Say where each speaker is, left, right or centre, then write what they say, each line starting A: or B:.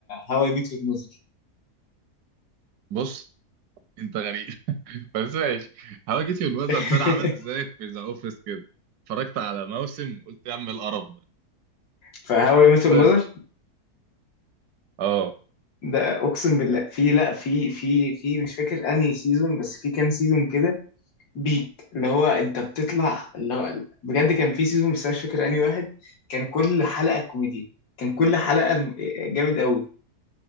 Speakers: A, on the left; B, on the right.
A: هاو اي ميت يور ماذر
B: بص انت غريب <laughs> بس ماشي هواجسي الوزر
A: <laughs>
B: ده انا عملت زيك في ذا اوفيس كده اتفرجت على موسم وقلت يا عم القرف ده
A: فهاو اي ميت يور
B: بس
A: ماذر <laughs>
B: اه
A: ده اقسم بالله في لا في في في مش فاكر انهي سيزون بس في كام سيزون كده بيك اللي هو انت بتطلع اللي هو بجد كان في سيزون بس أنا مش فاكر انهي واحد كان كل حلقه كوميديا كان كل حلقه الم- جامد قوي